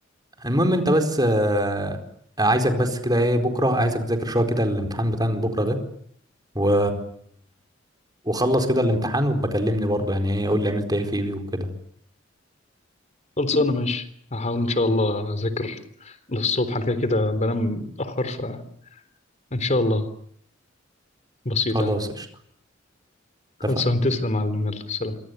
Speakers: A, on the right; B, on the left.
A: المهم انت بس آه، عايزك بس كده ايه بكره عايزك تذاكر شويه كده الامتحان بتاع بكره ده و وخلص كده الامتحان وبكلمني برضه يعني ايه قول لي عملت ايه فيه وكده
B: خلصانة ماشي هحاول ان شاء الله اذاكر للصبح انا كده كده بنام متأخر فان شاء الله بسيطة
A: خلاص
B: يعني
A: قشطه
B: خلصان
A: اتفقنا
B: تسلم يا معلم يلا سلام